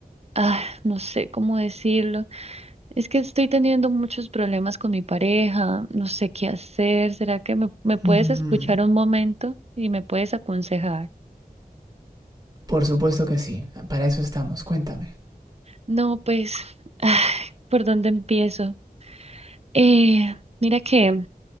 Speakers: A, on the right; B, on the right.
A: ah, no sé cómo decirlo. Es que estoy teniendo muchos problemas con mi pareja, no sé qué hacer. ¿Será que me, me puedes
B: Mm,
A: escuchar un momento y me puedes aconsejar?
B: Por supuesto que sí. Para eso estamos. Cuéntame.
A: No, pues, <sighs> ah, ¿por dónde empiezo? Eh, mira que